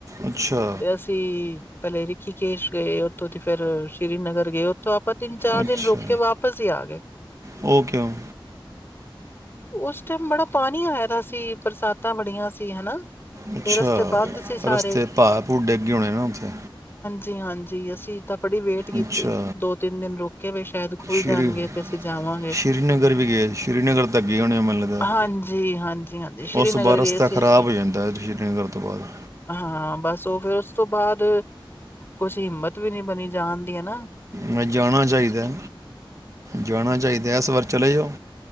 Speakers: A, on the right; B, on the left.
A: ਅੱਛਾ
B: ਤੇ ਅਸੀਂ ਪਹਿਲੇ ਰਿਖੀਕੇਸ਼ ਗਏ ਉੱਥੋਂ ਤੇ ਫੇਰ ਸ੍ਰੀਨਗਰ ਗਏ ਉਥ ਤੇ ਆਪਾਂ ਤਿੰਨ ਚਾਰ
A: ਅੱਛਾ
B: ਦਿਨ ਰੁਕ ਕੇ ਵਾਪਸ ਹੀ ਆ ਗਏ
A: ਉਹ ਕਿਉਂ
B: ਉਸ ਟਾਈਮ ਬੜਾ ਪਾਣੀ ਆਇਦਾ ਸੀ ਬਰਸਾਤਾਂ ਬੜੀਆਂ ਸੀ ਹਨਾ
A: ਅੱਛਾ
B: ਤੇ ਰਸਤੇ ਬੰਦ ਸੀ ਸਾਰੇ
A: ਰਸਤੇ ਹਾੜ ਭੂ ਡਿੱਗੇ ਹੋਣੇ ਨਾ ਉੱਥੇ
B: ਜੀ ਹਾਂਜੀ ਅਸੀਂ ਤਾਂ ਬੜੀ ਵੇਟ ਕੀਤੀ
A: ਅੱਛਾ
B: ਦੋ ਤਿੰਨ ਦਿਨ ਰੁਕੇ ਵੀਏ ਸ਼ਾਇਦ ਖੁੱਲ੍ਹ
A: ਸ਼੍ਰੀ
B: ਜਾਣਗੇ ਤੇ ਅਸੀਂ ਜਾਵਾਂਗੇ
A: ਸ਼੍ਰੀਨਗਰ ਵੀ ਗਏ ਸ਼੍ਰੀਨਗਰ ਤੱਕ ਗਏ ਹੋਣੇ ਮੈਨੂੰ ਲੱਗਦਾ
B: ਹਾਂਜੀ ਹਾਂਜੀ ਹਾਂਜੀ ਸ੍ਰੀਨਗਰ
A: ਉਸ ਤੋਂ ਬਾਅਦ
B: ਗਏ
A: ਰਸਤਾ
B: ਸੀ
A: ਖਰਾਬ
B: ਅਸੀਂ
A: ਹੋ ਜਾਂਦਾ ਹੈ ਸ਼੍ਰੀਨਗਰ ਤੋਂ ਬਾਅਦ
B: ਹਾਂ ਬਸ ਉਹ ਫਿਰ ਉਸ ਤੋਂ ਬਾਅਦ ਕੁਛ ਹਿੰਮਤ ਵੀ ਨੀ ਬਣੀ ਜਾਣ ਦੀ ਹੈ ਨਾ
A: ਨਹੀਂ ਜਾਣਾ ਚਾਹੀਦਾ ਜਾਣਾ ਚਾਹੀਦਾ ਇਸ ਵਾਰ ਚਲੇ ਜਾਓ